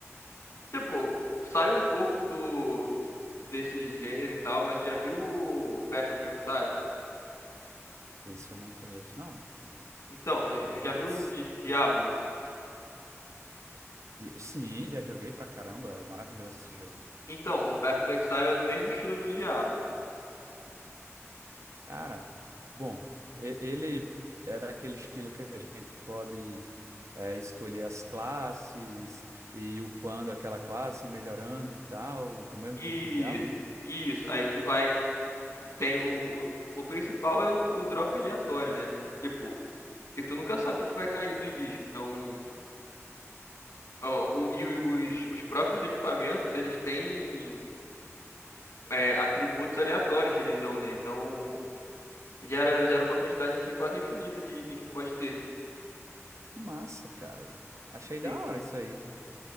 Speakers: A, on the left (about 70°); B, on the right (about 75°).
A: Tipo, saiu um pouco do desse gênero e tal, mas já viu o Path of Exile?
B: Isso eu não conheço, não.
A: Então, mas
B: Foi o Whats?
A: já viu o Di- Diablo?
B: De- Sim, já joguei pra caramba, maravilhoso esse jogo.
A: Então, o Path of Exile é do mesmo estilo do Diablo.
B: Cara, bom, e- ele é daquele estilo que a gente pode. é, escolher as classes e ir upando aquela classe, melhorando e tal, do mesmo
A: Isso,
B: jeito que o Diablo.
A: isso. Aí tu vai. Tem o, o, o principal é o, o drop aleatório, né? Tipo, que tu nunca sabe o que que vai cair dos bichos. Então, o, o- e o- os, os próprios equipamentos, eles têm é, atributos aleatórios que eles dão, né? Então, Gera, gera uma quantidade assim quase infinita de itens que tu pode ter.
B: Que massa, cara. Achei da
A: Sim.
B: hora isso aí.